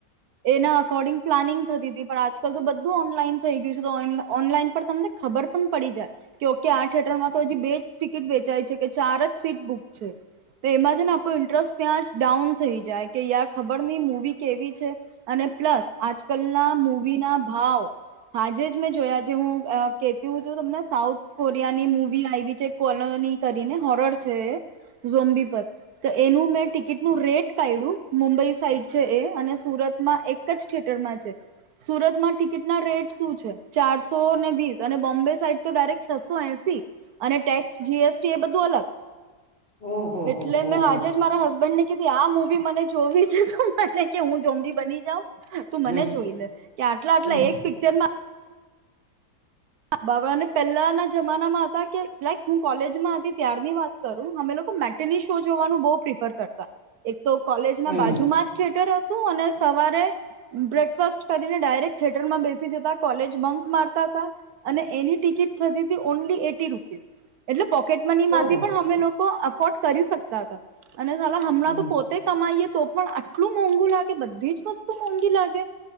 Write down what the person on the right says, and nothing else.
એના અકોર્ડિંગ પ્લાનિંગ થતી તી. પણ આજકાલ તો બધું ઓનલાઈન થઈ ગયું છે. તો ઓન ઓનલાઈન પર તમ ને ખબર પણ પડી જાય. કે ઓકે આ થિયેટરમાં તો હજી બે જ ટિકિટ વેચાય છે, કે ચાર જ સીટ બુક છે. તો એમાં છે ને આપણું ઇન્ટરેસ્ટ ત્યાં જ ડાઉન થઈ જાય. કે યાર ખબર નહી મુવી કેવી છે? અને પ્લસ આજકાલના મૂવી ના ભાવ આજે જ મેં જોયા જે હું અ કેતી હુ છું તમને સ સાઉથ કોરિયાની મૂવી આઇવિ છે કોલોની કરીને હોરર છે એ ઝોમ્બી પર તો એનું મેં ટિકિટનું રેટ કાઢ્યું મુંબઈ સાઈડ છે એ અને સુર ત માં એક જ થિયેટરમાં છે. સુરતમાં ટિકિટના રેટ શું છે ચારસો ને વીસ અને બોમ્બે સાઈડ તો ડાયરેક છસો એસી અને ટેક્સ જીએસટી એ બધું અલગ
એટલે
મેં
હાજે જ મારા હસબન્ડ ને કીધી આ મુ વી મને જોવી છે. તો મને કે હું ઝોમ્બી બની જાઉ. તું
મને જોઈ લે કે આટલા આટલા
એક પિક્ચરમાં <unintelligible> ને પહેલાના જમાનામાં હતા કે લાઈક હું કોલેજમાં હતી ત્યારની વાત કરું અમે લોક કો મેટની શો જોવાનું બવ પ્રિફર કરતા. એક તો કોલેજ
ના બાજુમાં જ થિયટર હતું. અને સવારે બ્રેકફાસ્ટ કરીને ડાયરેક્ટ થિયટરમાં બેસી જતા કોલેજ બંક મારતા હતા અને એની ટિકિટ થતી હતી ઓનલી એટી રૂપીસ એટલે પોકેટમની માંથી
પણ અમે લોક કો અફોર્ડ કરી શકતા હતા. અને સારા હમણાં
તો પોતે કમાઈએ તો પણ આટલું મોંઘું લાગે, બધી જ વસ્તુ મોંઘી લાગે,